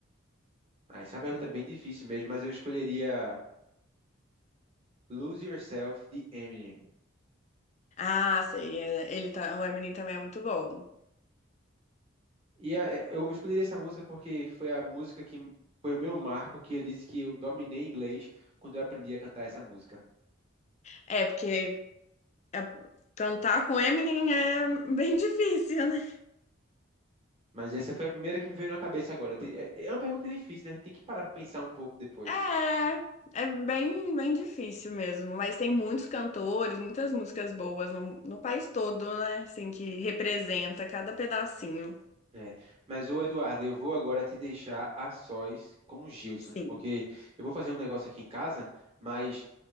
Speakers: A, on the right; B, on the left.
A: Ah, essa é uma pergunta bem difícil mesmo, mas eu escolheria. Lose Yourself de Eminem.
B: Ah, sei, é- ele tá, o Eminem também é muito bom.
A: E a- é, eu escolhi essa música porque foi a música que foi o meu marco que eu disse que eu dominei inglês quando eu aprendi a cantar essa música.
B: É, porque é- cantar com Eminem é <laughs> bem difícil, né?
A: Mas essa foi a primeira que me veio na cabeça agora. Tem- É é uma pergunta difícil, né? A gente tem que parar para pensar um pouco depois.
B: É, é bem, bem difícil mesmo, mas tem muitos cantores, muitas músicas boas no, no país todo, né? Assim, que representa cada pedacinho.
A: É. Mas, ô Eduardo, eu vou agora te deixar a sós com os Gilsons,
B: Sim,
A: porque eu vou fazer um negócio aqui em casa, mas